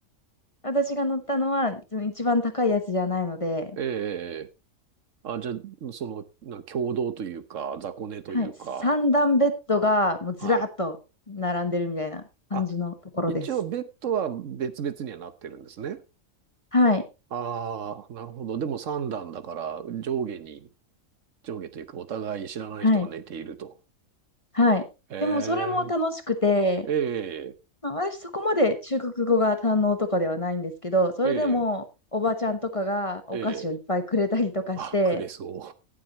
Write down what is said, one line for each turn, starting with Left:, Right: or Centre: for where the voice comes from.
Left: 私が乗ったのはその一番高いやつじゃないので、
Right: ええ、ええあ、じゃあ、その、な、共同というか、雑魚寝というか、
Left: はい、三段ベッドがもうずらっと並んでるみたいな感じのところです。
Right: はい。あ、一応ベッドは別々にはなってるんですね。
Left: はい、
Right: ああ、なるほど。でも三段だから、上下に、上下というか、お互い知らない人が寝ていると。
Left: はい、はい。
Right: へえ。
Left: でもそれも楽しくて、
Right: ええ、
Left: まあ、私そこまで中国語が堪能とかではないんですけど、それでもおばちゃんとかがお菓子をいっぱいくれたりとかして、
Right: ええ、ええ、あ、くれそ